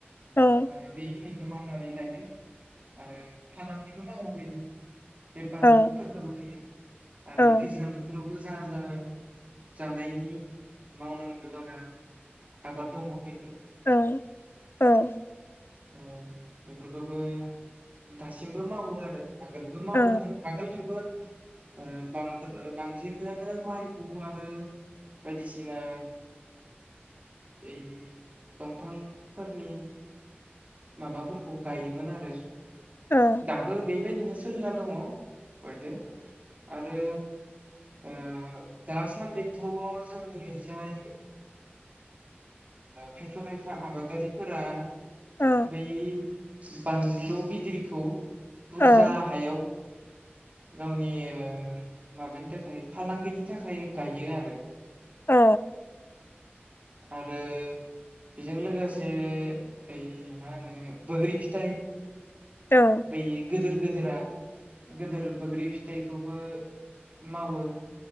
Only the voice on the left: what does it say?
औ
औ
औ
औ औ।
औ
औ
औ
औ
औ।
औ